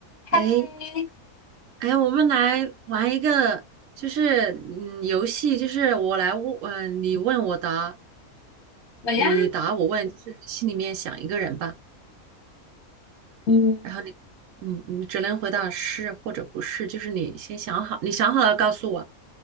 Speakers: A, on the left (about 40°); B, on the right (about 70°).
A: 嗨，
B: 哎哎，我们来玩一个，就是嗯，游戏，就是我来问，嗯，你问我答，
A: 我呀，
B: 你答我问，就是心里面想一个人吧，
A: 嗯，
B: 然后你，嗯，你只能回答是或者不是，就是你先想好，你想好了告诉我，